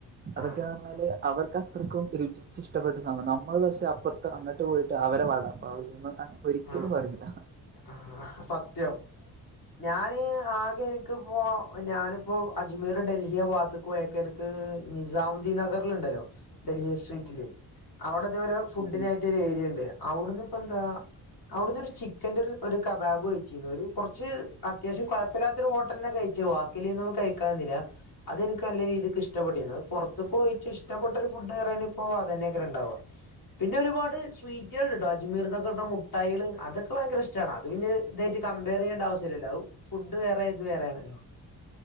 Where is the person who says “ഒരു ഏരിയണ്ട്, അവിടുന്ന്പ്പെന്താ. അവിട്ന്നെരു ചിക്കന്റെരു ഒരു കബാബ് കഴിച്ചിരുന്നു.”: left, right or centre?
Left